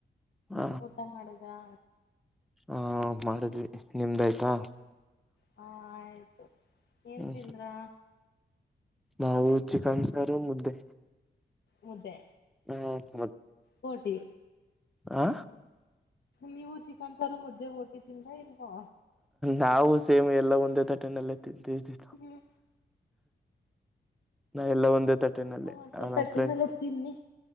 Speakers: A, in the centre; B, on the left.
A: ಹ
B: ಊಟ ಮಾಡುದ್ರಾ
A: ಆ ಮಾಡಿದ್ವಿ ನಿಮ್ದು ಆಯ್ತಾ
B: ಹಾ ಆಯ್ತು ಏನ್
A: ಹ್ಮ
B: ತಿಂದ್ರ
A: ನಾವು ಚಿಕನ್ ಸಾರು ಮುದ್ದೆ.
B: ಮುದ್ದೆ
A: ಹ್ಮ್ ಮ್
B: ಕೋಟಿ
A: ಆ
B: ನೀವು ಚಿಕನ್ ಸಾರು ಮುದ್ದೆ ಓಟ್ಟಿದೀಲ್ಲ ಇಲ್ವೋ
A: ನಾವು ಸೇಮ್ ಎಲ್ಲಾ ಒಂದೇ ತಟ್ಟೆನಲ್ಲೆ ತಿಂತಿದ್ದಿದ್ದು.
B: ಹ್ಮ್
A: ನಾವ್ ಎಲ್ಲಾ ಒಂದೇ ತಟ್ಟ್ ಟೆನಲ್ಲೆ
B: ಒಂದೇ
A: ನಮ್
B: ತಟ್ಟೆನಲ್ಲ
A: ಫ್ರೆಂಡ್
B: ತಿನ್ನಿ